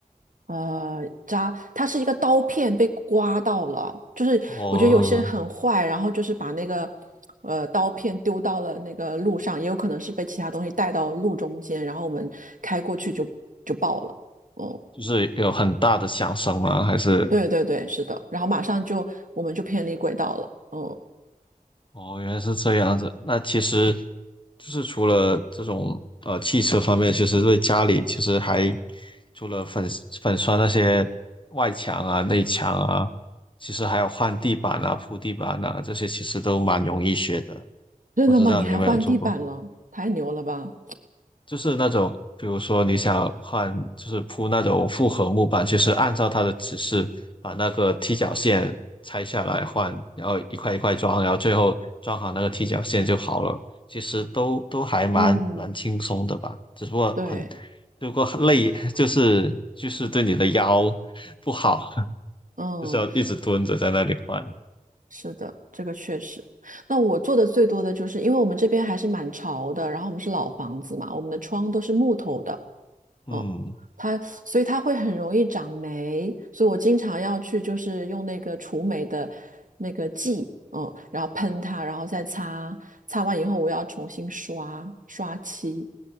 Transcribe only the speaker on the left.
哦，
就是有很大的响声吗？还是
哦，原来是这样子。那其实就是除了这种呃汽车方面，其实对家里其实还除了粉粉刷那些外墙啊、内墙啊，其实还有换地板啊、铺地板啊，这些其实都蛮容易学的。
我知道你有没有做过。
就是那种，比如说你想换，就是铺那种复合木板，就是按照它的指示把那个踢脚线拆下来换，然后一块一块装，然后最后装好那个踢脚线就好了。其实都都还蛮蛮轻松的吧，
只不过很，
如果很累，<laughs> 就是就是对你的腰不好，<laughs>
就是要一直蹲着在那里换。
嗯，